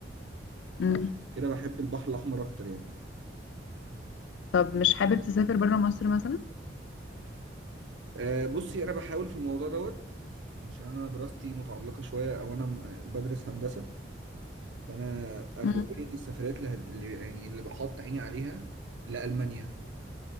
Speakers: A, on the left; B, on the right.
A: مم.
B: فعشان كده بحب البحر الاحمر اكتر يعني
A: طب مش حابب تسافر بره مصر مثلا
B: أه بصي انا بحاول في الموضوع دوت عشان انا دراستي متعلقه شويه او انا م- بدرس هندسه فانا اغلبيه
A: مم.
B: السفريات اللي, هد- اللي يعني اللي بحط عيني عليها لالمانيا